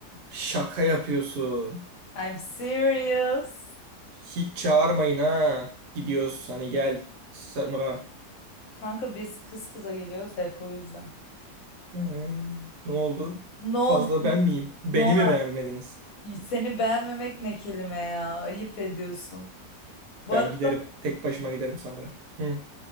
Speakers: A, on the right (about 75°); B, on the left (about 65°).
A: Şaka yapıyorsun.
B: I'm serious.
A: Hiç çağırmayın ha. Gidiyoruz hani gel Samura.
B: Kanka biz kız kıza geliyoruz da hep o yüzden.
A: Ee, ne oldu?
B: No,
A: Fazla ben miyim? Beni
B: no.
A: mi beğenmediniz?
B: Seni beğenmemek ne kelime ya? Ayıp ediyorsun. Bu
A: Ben
B: ara-
A: giderim. Tek başıma giderim Samura. Hı.